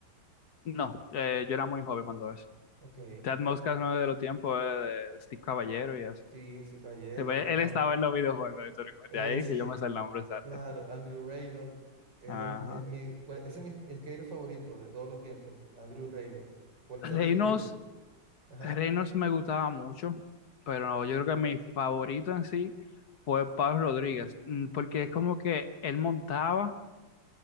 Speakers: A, on the left; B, on the right.
A: No, eh, yo era muy joven cuando eso.
B: Ok.
A: Ted Moscas no es de los tiempos eh, de Steve Caballero y eso.
B: Sí, este caballero,
A: Sí, pues,
B: Tony
A: Él
B: Hawk.
A: estaba en los videojuegos de Tony Hawk,
B: Eh,
A: de ahí
B: sí,
A: que yo me sé el nombre exacto.
B: claro, Andrew Reynolds. Es,
A: Ajá.
B: em- es mi, cuál- ese es mi skater favorito de todos los tiempos, Andrew Reynolds. ¿Cuál
A: Reynolds,
B: sería el tuyo? Ajá.
A: Reynolds me gustaba mucho, pero no, yo creo que mi favorito en sí fue Pablo Rodríguez, mm, porque
B: Ok.
A: es como que él montaba